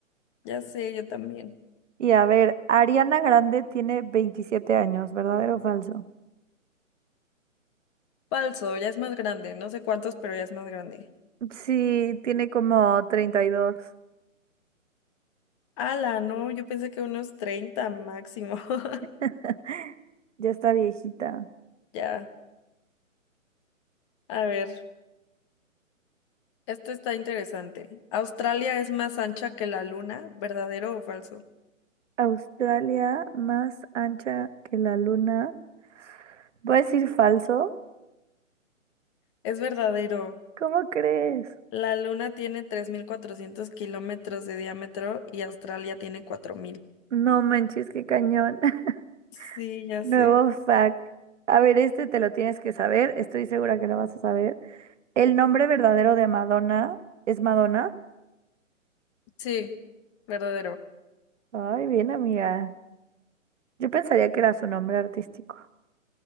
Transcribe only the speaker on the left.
Ya sé, yo también.
Falso, ya es más grande, no sé cuántos, pero ya es más grande.
Ala, no, yo pensé que unos 30 máximo. <laughs>
Ya, a ver, esto está interesante. ¿Australia es más ancha que la luna? ¿Verdadero o falso?
Es verdadero.
La Luna tiene 3.400 kilómetros de diámetro y Australia tiene 4.000.
Sí, ya
sé.
Sí, verdadero.